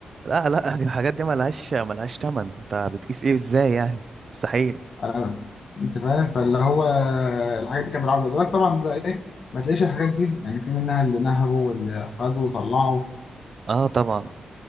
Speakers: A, on the right; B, on the left.
A: لا لا دي الحاجات دي ملهاش ملهاش تمن انت بتقيس ايه ازاي يعني مستحيل
B: انا انت فاهم فاللي هو الحاجات دي كانوا بيلعبوا بيها دلوقتي طبعا بقى ايه ما تلاقيش الحاجات دي يعني في منها اللي نهبوا واللي خدوا وطلعوا
A: اه طبعا